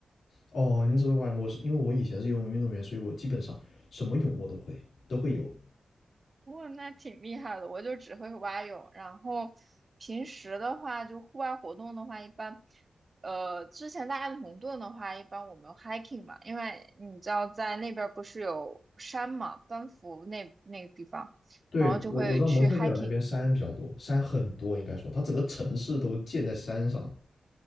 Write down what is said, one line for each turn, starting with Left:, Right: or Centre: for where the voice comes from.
Left: 哦，你只会蛙泳我是因为我以前是游泳运动员，所以我基本上什么泳我都会，都会游。
Right: 不那挺厉害的，我就只会蛙泳。然后平时的话，就户外活动的话，一般，呃，之前在埃德蒙顿的话，一般我们 hiking 嘛，因为你知道在那边儿不是有山嘛，班夫那那个地方，
Left: 对，
Right: 然后就会去
Left: 我我知道蒙特利尔那边山比较多，
Right: hiking，
Left: 山很多，应该说它整个城市都建在山上。